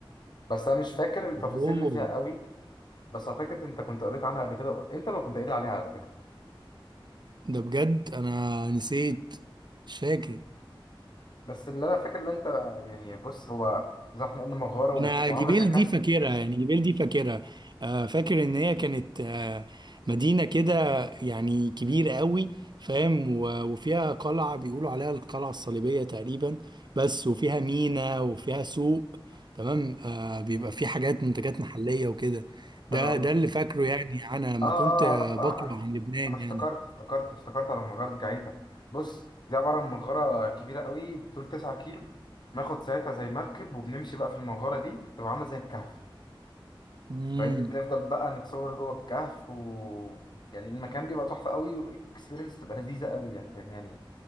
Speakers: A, on the left; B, on the right.
A: بس أنا مش فاكر التفاصيل
B: أوه
A: اللي فيها قوي بس أعتقد أنت كنت قريت عنها قبل كده أنت لو كنت قايل عليها على فكرة
B: ده بجد أنا نسيت مش فاكر
A: بس اللي أنا فاكر اللي أنت يعني بص هو زي ما احنا قلنا مغارة و-
B: انا
A: وعاملة
B: جبيل
A: زي كهف
B: دي فاكرها يعني جبيل دي فاكرها آه، فاكر ان هي كانت آه، مدينة كده يعني كبيرة قوي فاهم و- وفيها قلعة بيقولوا عليها القلعة الصليبية تقريبا بس وفيها ميناء وفيها سوق تمام آه، بيبقى
A: مم.
B: فيه حاجات منتجات محلية وكده
A: حلو
B: ده
A: قوي
B: ده اللي فاكره يعني انا لما
A: اه اه
B: كنت آه، بقرأ
A: اه آه، انا
B: عن لبنان
A: انا افتكرت
B: يعني
A: افتكرت افتكرت على مغارة جعيتا بص دي عبارة عن مغارة كبيرة قوي بطول 9 كيلو بناخد ساعتها زي مركب وبنمشي بقى في المغارة دي تبقى عاملة زي الكهف
B: امم
A: فاهمني نفضل بقى نتصور جوه الكهف و يعني المكان بيبقى تحفة قوي والاكسبيرينس تبقى لذيذة قوي يعني فاهمني يعني